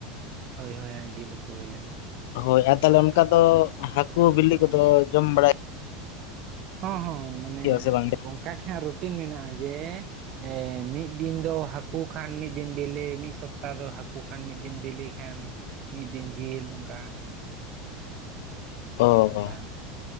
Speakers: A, on the right; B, on the left.
A: ᱦᱳᱭ ᱦᱳᱭ ᱡᱤᱞ ᱩᱛᱩ ᱦᱩᱭ ᱞᱮᱱᱟ,
B: ᱦᱳᱭ ᱟᱨ ᱛᱟᱦᱚᱞᱮ ᱚᱱᱠᱟ ᱫᱚ ᱦᱟᱹᱠᱩ ᱵᱤᱞᱤ ᱠᱚᱫᱚ ᱡᱚᱢ ᱵᱟᱲᱟᱭ,
A: ᱦᱚᱸ ᱦᱚᱸ ᱢᱟᱱᱮ
B: ᱦᱩᱭᱩᱜᱼᱟ ᱥᱮ ᱵᱟᱝ?
A: ᱚᱱᱠᱟ ᱜᱮ ᱦᱟᱜ ᱨᱩᱴᱤᱱ ᱢᱮᱱᱟᱜᱼᱟ ᱡᱮ, ᱮ ᱢᱤᱫ ᱫᱤᱱ ᱫᱚ ᱦᱟᱠᱩ ᱠᱷᱟᱱ ᱢᱤᱫ ᱫᱤᱱ ᱵᱤᱞᱤ ᱢᱤᱫ ᱥᱚᱯᱛᱟᱦᱚ ᱫᱚ ᱦᱠᱩ ᱠᱷᱟᱱ ᱢᱤᱫ ᱫᱤᱱ ᱵᱤᱞᱤ ᱠᱷᱟᱱ, ᱢᱤᱫ ᱫᱤᱱ ᱡᱤᱞ ᱚᱱᱠᱟ,
B: ᱚ
A: ᱚᱱᱠᱟ
B: ᱚ